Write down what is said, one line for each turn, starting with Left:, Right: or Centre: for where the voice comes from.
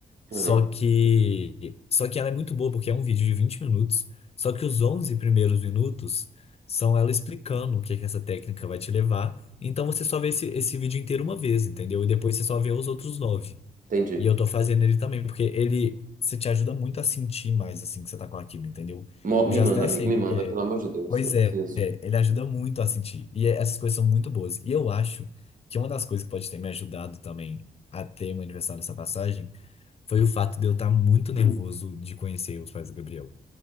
Left: Só
Right: Aham,
Left: que, só que ela é muito boa, porque é um vídeo de 20 minutos, só que os 11 primeiros minutos são ela explicando o que é que essa técnica vai te levar, então você só vê esse, esse vídeo inteiro uma vez, entendeu? E depois você só vê os outros nove
Right: entendi.
Left: e eu tô fazendo ele também, porque ele se te ajuda muito a sentir mais assim que você tá com aquilo, entendeu?
Right: Mo-
Left: Eu
Right: Me
Left: já
Right: manda,
Left: até
Right: amigo,
Left: sei
Right: me
Left: o
Right: manda,
Left: que é.
Right: pelo amor de Deus,
Left: Pois
Right: eu preciso.
Left: é, é, ele ajuda muito a sentir. E é- essas coisas são muito boas. E eu acho que uma das coisas que pode ter me ajudado também a ter um aniversário dessa passagem foi o fato de eu estar muito nervoso de conhecer os pais do Gabriel.